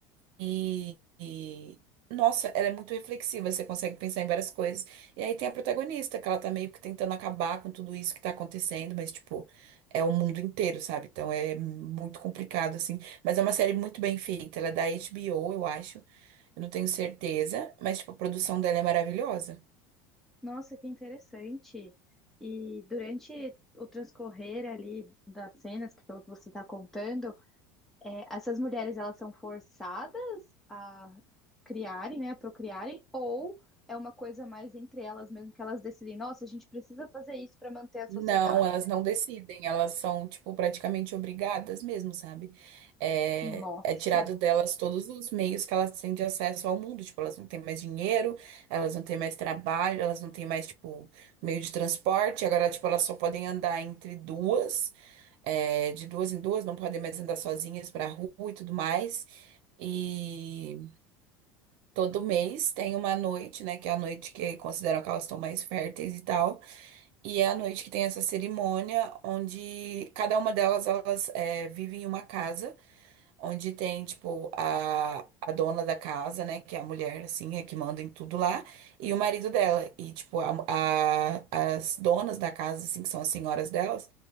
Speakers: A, on the right (about 65°); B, in the centre.
A: E, e- nossa, ela é muito reflexiva, você consegue pensar em várias coisas. E aí tem a protagonista, que ela tá meio que tentando acabar com tudo isso que tá acontecendo, mas, tipo, é o mundo inteiro, sabe? Então é muito complicado, assim. Mas é uma série muito bem feita, ela é da HBO, eu acho. Eu não tenho certeza, mas, tipo, a produção dela é maravilhosa.
B: nossa, que interessante. E durante o transcorrer ali das cenas, que pelo que você está contando, É, essas mulheres, elas são forçadas a criarem, né, procriarem, ou é uma coisa mais entre elas mesmo que elas decidem, nossa, a gente precisa fazer isso para manter a
A: Não,
B: sociedade.
A: elas não decidem, elas são, tipo, praticamente obrigadas mesmo, sabe? É,
B: Nossa,
A: é tirado delas todos os meios que elas têm de acesso ao mundo, tipo, elas não têm mais dinheiro, elas não têm mais trabalho, elas não têm mais, tipo, meio de transporte, agora, tipo, elas só podem andar entre duas, é, de duas em duas, não podem mais andar sozinhas pra rua e tudo mais, e todo mês tem uma noite, né, que é a noite que consideram que elas estão mais férteis e tal, e é à noite que tem essa cerimônia, onde cada uma delas, elas é, vivem em uma casa, onde tem, tipo, a, a dona da casa, né, que é a mulher, assim, é que manda em tudo lá, e o marido dela. E, tipo, a, a- as donas da casa, assim, que são as senhoras delas,